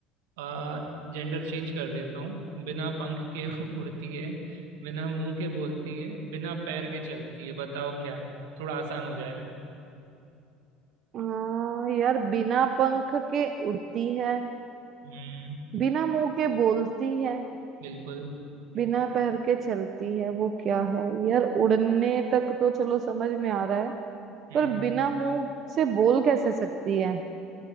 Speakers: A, on the right; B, on the right.
A: आ, जेंडर चेंज कर देता हूँ बिना पंख के <laughs> उड़ती है बिना मुंह के बोलती है बिना पैर के चलती है बताओ क्या है थोड़ा आसान हो जाएगा
B: हाँ यार बिना पंख के उड़ती है
A: हम्म
B: बिना मुंह के बोलती है
A: बिल्कुल
B: बिना पैर के चलती है वो क्या है यार उड़ने तक तो चलो समझ में आ रहा है
A: हम्म
B: पर बिना मुंह से बोल कैसे सकती है